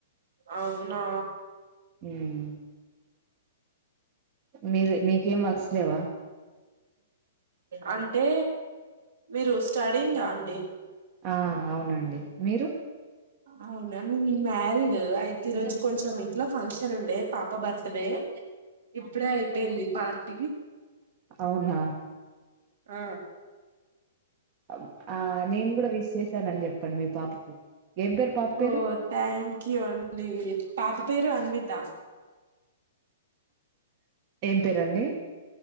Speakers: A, on the right; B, on the right.
A: అవునా
B: హ్మ్ మీరు మీకేం వర్క్స్ లేవా
A: అంటే మీరు స్టడింగ్ గా అండి.
B: ఆ అవునండి. మీరు
A: అవునా <unintelligible> మ్యారీడు అయితే, ఈరోజు కొంచెం ఇంట్లో ఫంక్షన్ ఉండే, పాప బర్త్ డే ఇప్పుడే అయిపోయింది. పార్టీ
B: అవునా
A: ఆ
B: అ ఆ నేను కూడా విష్ చేశానని చెప్ ప్పండ్ మీ పాపకి ఏం పేరు పాప పేరు
A: ఓ థ్యాంక్యూ అండి పాప పేరు అన్విత
B: ఏం పేరండి